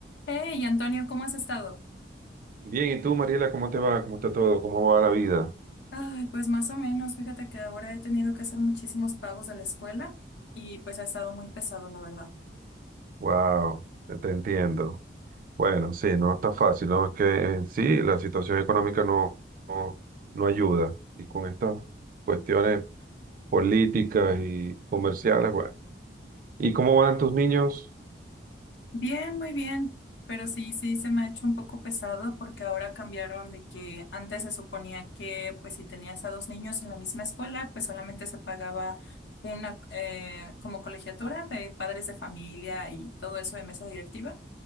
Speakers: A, on the left; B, on the right.
A: Hey, Antonio, ¿cómo has estado?
B: Bien, ¿y tú, Mariela, cómo te va? ¿Cómo está todo? ¿Cómo va la vida?
A: Ay, pues más o menos, fíjate que ahora he tenido que hacer muchísimos pagos de la escuela y pues ha estado muy pesado, la verdad.
B: Wow, te entiendo. Bueno, sí, no está fácil, ¿no? Es que en sí la situación económica no, no, no ayuda. Y con estas cuestiones políticas y comerciales, bueno. ¿Y cómo van tus niños?
A: Bien, muy bien, pero sí, sí, se me ha hecho un poco pesado porque ahora cambiaron de que antes se suponía que pues si tenías a dos niños en la misma escuela, pues solamente se pagaba una eh, como colegiatura de padres de familia y todo eso de mesa directiva